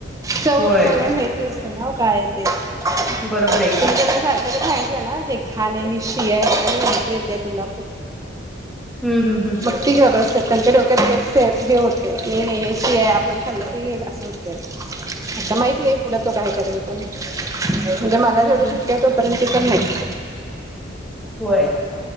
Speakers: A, on the right; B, in the centre.
A: चव
B: होय
A: त्यांना माहित नसतय ना काय ते <inaudible>
B: बरोबर आहे की
A: त्याला जर सारखं जर सांगितलं ना हे घाण ये हे शी ये त्यांनं उलटी येती तुला
B: हम्म हम्म हम्म
A: मग ती गप्प बसतात त्यांच्या डोक्यात तेच <unintelligible> हे होतय नाही नाही शी ये आपण खाल की हे अस होतय आता माहीत नाही पुढ तो काय करेल? <unintelligible> म्हणजे मला
B: हम्
A: जेवढ
B: हम् हम
A: शिकता येत तोपर्यंत तर नाही
B: होय